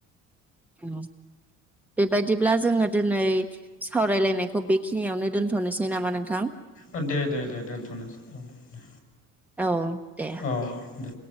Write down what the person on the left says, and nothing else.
ओ दे दे दे दोनथ'नोसै औ दे
औ दे